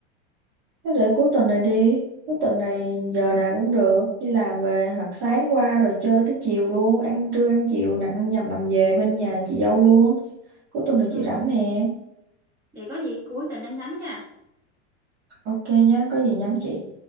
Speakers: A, on the right; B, on the right.
A: Thế để cuối tuần này đi. Cuối tuần này giờ nào cũng được. Đi làm về hoặc sáng qua rồi chơi tới chiều luôn. Ăn trưa ăn chiều nặng nhằm nằm về bên nhà chị dâu luôn. Cuối tuần này
B: ừ
A: chị rảnh nè.
B: để có gì cuối tuần em nhắn nha
A: Ok nhá, có gì nhắn chị.